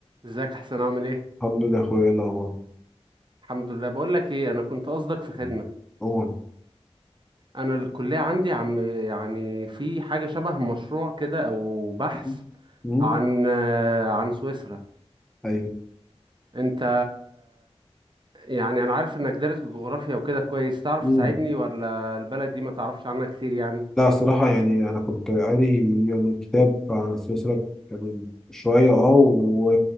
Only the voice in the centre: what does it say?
الحمد لله يا اخويا ايه الاخبار
مم. قول
مم. مم.
ايوه
مم.
لا الصراحه يعني انا كنت قاري يعني كتاب عن السلسله يعني شويه اه و